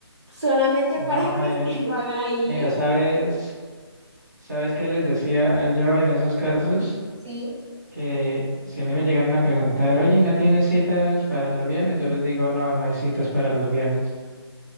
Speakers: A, on the right (about 85°); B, on the right (about 40°).
A: solamente
B: no,
A: para que
B: eh,
A: <laughs> usted lo haga ahí.
B: mira, ¿sabes, sabes qué les decía yo en esos casos?
A: Sí.
B: Que si a mí me llegaran a preguntar, oye, ¿no tienes citas para los viernes? Yo les digo, no, no hay citas para los viernes.